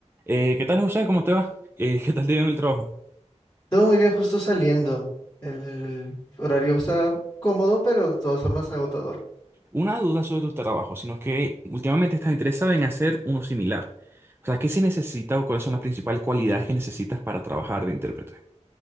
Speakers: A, on the right; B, on the left.
A: Eh, ¿qué tal, José? ¿Cómo te va? Eh, ¿qué tal te ha ido en el trabajo?
B: Todo muy bien, justo saliendo. El horario está cómodo, pero de todas formas agotador.
A: Una duda sobre tu trabajo, sino que últimamente estás interesado en hacer uno similar. O sea, ¿qué se necesita o cuáles son las principales cualidades que necesitas para trabajar de intérprete?